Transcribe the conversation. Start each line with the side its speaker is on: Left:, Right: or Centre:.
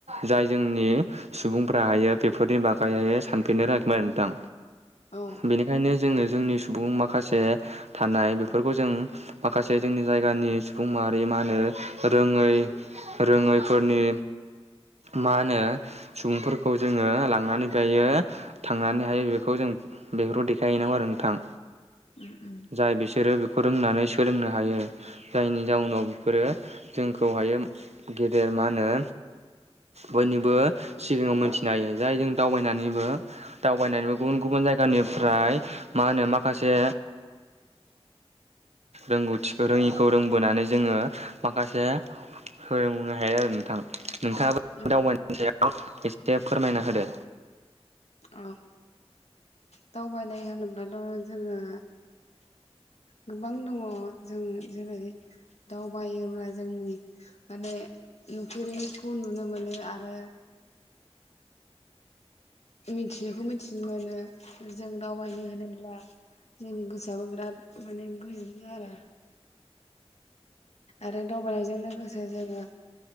Right: जाय जोंनि सुबुंफोराहाय बेफोरनि बागैहाय सानफेरनो रोङाखैमोन नोंथां।
Left: औ
Right: बेनिखायनो जोङो जोंनि सुबुं माखासे थानाय बेफोरखौ जों माखासे जोंनि जायगानि सुबुं माहारि मा होनो रोङै रोङैफोरनि मा होनो सुबुंफोरखौ जोङो लांनानै बेहायो थांनानैहाय बेखौ जों बेफोरखौ देखायहैनांगौ आरो नोंथां।
Left: उम उम
Right: जाय बिसोरो बेखौ रोंनानै सोलोंनो हायो। जायनि जाउनाव बेफोरो जोंखौहायो गेदेर मा होनो बयनिबो सिगाङाव मोनथिनो हायो जाय जों दावबायनानैबो दावबायनानैबो गुबुन गुबुन जाय गानिफ्राय मा होनो माखासे रोंगौथिखौ रोङिखौ रोंबोनानै जोङो माखासे फोरोंबुनो हायो आरो नोंथां। नोंथाङाबो
Left: उम
Right: दावबायनायनि सायाव एसे फोरमायना होदो।
Left: औ दावबायनाय होनोब्लाथ' जोङो गोबां दङ' जों जेरै दावबायोब्ला जोंनि माने नुफेरैखौ नुनो मोनो आरो मिथियैखौ मिथिनो मोनो। जों दावबायनाय होनोब्ला जोंनि गोसोआबो बिराद माने गोजोनो आरो आरो दावबायनायजों लोगोसे जोङो